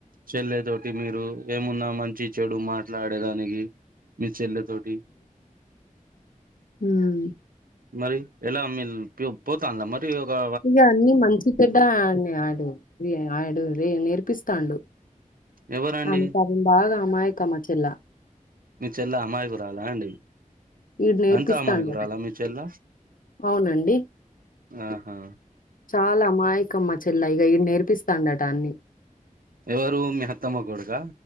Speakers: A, on the right; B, on the left.
A: చెల్లె తోటి మీరు ఏమున్నా మంచి చెడు మాట్లాడేదానికి మీ చెల్లె తోటి
B: ఉమ్
A: మరి ఎలా మీలు పోతన్లా మరి గా
B: ఇగ అన్ని మంచిచేడ్డ ఆడు ఆడు నేర్పిస్తాండు
A: ఎవరండి
B: ఆమె పాపం బాగా అమాయకం మచర్లా
A: మీ చెల్ల అమాయకురాలా అండి
B: ఈడు నేర్పిస్తాండట
A: అంత అమాయకురాల మీ చెల్ల
B: అవునండి
A: ఆహా
B: చాలా అమాయకం మా చెల్ల ఇగ ఇడు నేర్పిస్తాండట అన్ని
A: ఎవరు మీహత్తమ్మ కొడుక